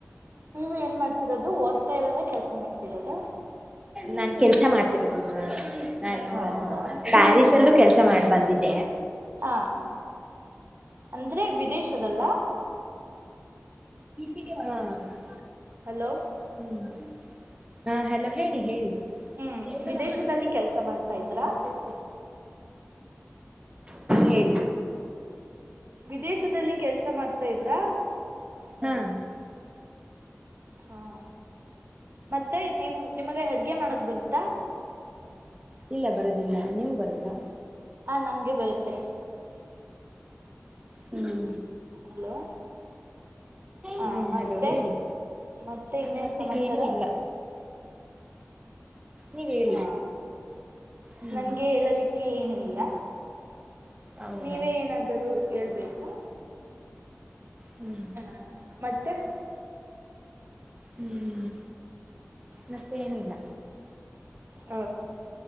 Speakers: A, on the right; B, on the right.
A: ನೀವು ಏನ್ ಮಾಡ್ತಿರೋದು ಓದ್ತಾ ಇರೋದ ಕೆಲಸ ಮಾಡ್ತಿರೋದ
B: ನಾನ್ ಕೆಲ್ಸ ಮಾಡ್ತಿರೋದಲ್ವಾ <unintelligible> ನಾನು
A: ಹೌದಾ
B: ಪ್ಯಾರಿಸ್ ಲ್ಲೂ ಕೆಲಸ ಮಾಡಿ ಬಂದಿದ್ದೆ
A: ಹಾ ಅಂದ್ರೆ ವಿದೇಶದಲ್ಲಾ
B: <unintelligible>
A: ಹಲೋ
B: ಹ್ಮ್ ಹಾ ಹಲೋ ಹೇಳಿ ಹೇಳಿ
A: ಹ್ಮ್
B: <unintelligible>
A: ವಿದೇಶದಲ್ಲಿ ಕೆಲ್ಸ ಮಾಡ್ತಾ ಇದ್ರಾ
B: ಹೇಳಿ
A: ವಿದೇಶದಲ್ಲಿ ಕೆಲ್ಸ ಮಾಡ್ತಾ ಇದ್ರಾ
B: ಹಾ.
A: ಹಾ ಮತ್ತೆ ನೀವು ನಿಮಗ ಅಡ್ಗೆ ಮಾಡಕ್ ಬರುತ್ತಾ.
B: ಇಲ್ಲ ಬರದಿಲ್ಲ ನಿಮ್ಗ ಬರುತ್ತಾ.
A: ಹ ನಂಗೆ ಬರುತ್ತೆ.
B: ಹ್ಮ್.
A: ಹಲೋ ಹ
B: ಹ್ಮ್
A: ಮತ್ತೆ
B: ಹಲೋ ಹೇಳಿ
A: ಮತ್ತೆ ಇನ್ನೇನ್
B: ಮತ್ತೆ
A: ಸಮಾಚಾರ
B: ಏನು ಇಲ್ಲ ನೀವ್ ಹೇಳಿ
A: ಹಾ
B: ಹ್ಮ್
A: ನನ್ಗೆ ಹೇಳಲಿಕ್ಕೆ ಕೆ ಏನು ಇಲ್ಲ
B: ಹೌದಾ
A: ನೀವೇ ಏನಾದರೂ ಹೇಳ್ಬೇಕು
B: ಹ್ಮ್
A: ಹಾ ಮತ್ತೆ
B: ಹ್ಮ್ ಮತ್ತೆ ಏನಿಲ್ಲ
A: ಹ